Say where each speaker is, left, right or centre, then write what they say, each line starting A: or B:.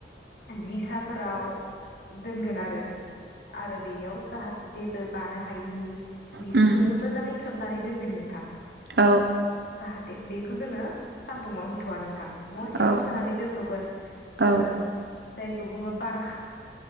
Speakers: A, on the left; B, on the right.
A: जिसाफोराव दोनगोन आरो आरो बेयाव जाह जेबो बानो हायिनि बिखौ
B: उम
A: जोंङो मोजाङै। सोबनानै दोनगोन नोंथां।
B: औ
A: जाहाथे बेखौ जोङो सानदुङाव होथ'वा नोंथां न' सिङाव
B: औ
A: सोनानै दोनथ'गोन
B: औ
A: जोंङो। जायखौ बुङो बारा